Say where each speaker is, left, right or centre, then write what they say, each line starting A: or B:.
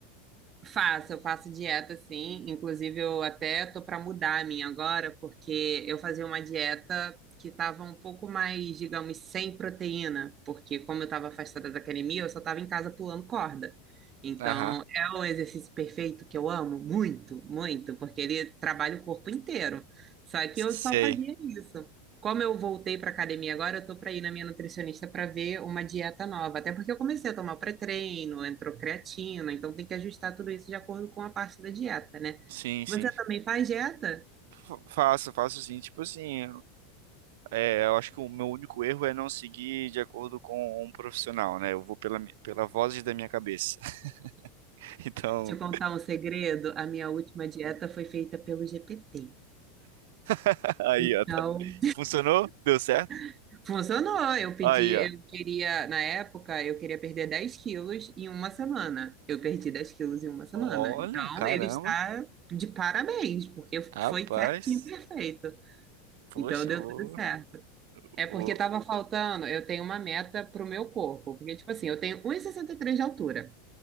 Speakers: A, on the right; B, on the right.
A: Faço, eu faço dieta sim. Inclusive, eu até tô para mudar a minha agora, porque eu fazia uma dieta que tava um pouco mais, digamos, sem proteína, porque como eu estava afastada da academia, eu só estava em casa pulando corda. Então,
B: Aham.
A: é o exercício perfeito que eu amo muito, muito, porque ele trabalha o corpo inteiro. Só que
B: Sei.
A: eu só fazia isso. Como eu voltei para academia agora, eu tô para ir na minha nutricionista para ver uma dieta nova. Até porque eu comecei a tomar o pré-treino, entrou creatina, então tem que ajustar tudo isso de acordo com a parte da dieta, né?
B: Sim, sim.
A: Você também faz dieta?
B: Fa- Faço, faço sim. Tipo assim, é, eu acho que o meu único erro é não seguir de acordo com um profissional, né? Eu vou pela, mi- pela voz da minha cabeça. <laughs> Então,
A: Te contar um segredo, a minha última dieta foi feita pelo GPT.
B: <laughs> aí,
A: Então,
B: ó. tá. E Funcionou? Deu certo?
A: <laughs> funcionou. Eu pedi,
B: Aí, ó.
A: eu queria, na época, eu queria perder 10 quilos em uma semana. Eu perdi 10 quilos em uma semana.
B: Olha,
A: Então,
B: caramba.
A: ele está de parabéns, porque
B: Rapaz.
A: foi certinho, perfeito.
B: Poxa,
A: Então deu
B: vou,
A: tudo certo. É porque
B: vou.
A: tava faltando, eu tenho uma meta pro meu corpo, porque tipo assim, eu tenho um e e sessenta e três de altura